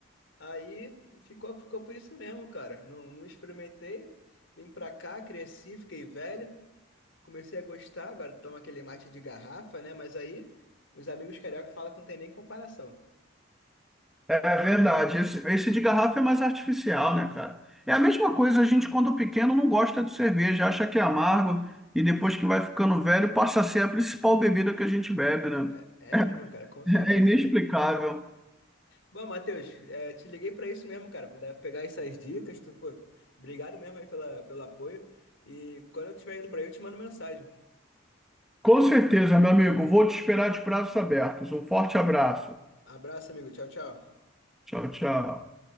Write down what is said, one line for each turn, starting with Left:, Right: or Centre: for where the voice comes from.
Left: Aí ficou, ficou por isso mesmo, cara. Não, não experimentei. Vim pra cá, cresci, fiquei velho. Comecei a gostar, agora tomo aquele mate de garrafa, né? Mas aí os amigos carioca falam que não tem nem comparação.
Centre: É verdade. Esse, esse de garrafa é mais artificial, né, cara? É a mesma coisa, a gente, quando pequeno, não gosta de cerveja, acha que é amargo e depois que vai ficando velho, passa a ser a principal bebida que a gente bebe, né?
Left: É, é
Centre: <laughs>
Left: mesmo, cara, com certeza.
Centre: É inexplicável.
Left: Bom, Matheus, é, te liguei pra isso mesmo, cara, pra pegar essas dicas. Tu, pô, obrigado mesmo aí pela, pelo apoio. E quando eu estiver indo pra aí, eu te mando mensagem.
Centre: Com certeza, meu amigo. Vou te esperar de braços abertos. Um forte abraço.
Left: Abraço, amigo. Tchau, tchau.
Centre: Tchau, tchau.